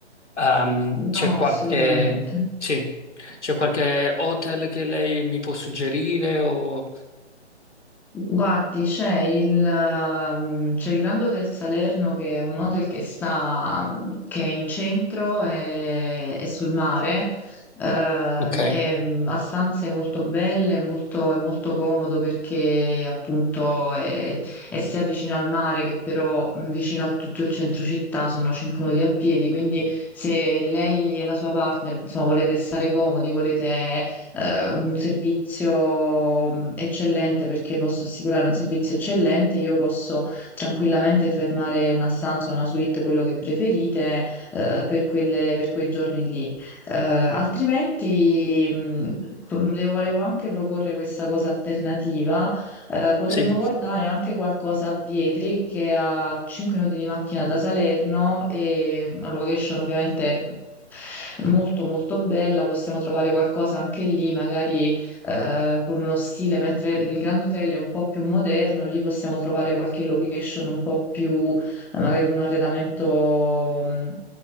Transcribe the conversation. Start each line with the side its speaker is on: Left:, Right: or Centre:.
Left: Ehm,
Centre: No,
Left: c'è qualche,
Centre: assolutamente.
Left: sì, c'è qualche hotel che lei mi può suggerire o...
Centre: Guardi, c'è il, ehm, c'è il Grand Hotel Salerno che è un hotel che sta, che è in centro e, e sul mare, eh,
Left: Ok,
Centre: è- mm, ha stanze molto belle, è molto, è molto comodo perché appunto è, è sia vicino al mare che però mh, vicino a tutto il centro città, sono 5 minuti a piedi, quindi se lei e la sua partner insomma, volete stare comodi, volete eh, un servizio mh, eccellente perché posso assicurare un servizio eccellente, io posso tranquillamente fermare una stanza, una suite, quello che preferite, eh, per quelle- per quei giorni lì. Eh, altrimenti, mh, le volevo anche proporre questa cosa alternativa eh, potremmo
Left: sì.
Centre: guardare anche qualcosa a Vietri che è a 5 minuti di macchina da Salerno e una location ovviamente molto molto bella, possiamo trovare qualcosa anche lì, magari eh, con uno stile, mentre il Grand Hotel è un po' più moderno, lì possiamo trovare qualche location un po' più, eh, magari con un arredamento mh,